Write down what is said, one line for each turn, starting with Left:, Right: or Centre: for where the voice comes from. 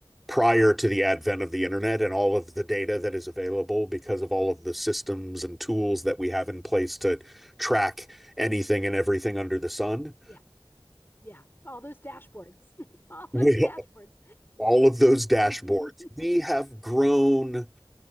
Centre: prior to the advent of the internet and all of the data that is available because of all of the systems and tools that we have in place to track anything and everything under the sun.
Left: Yeah. Yeah. All those dashboards. <laughs> All
Centre: With
Left: those dashboards.
Centre: all of those dashboards,
Left: <laughs>
Centre: we have grown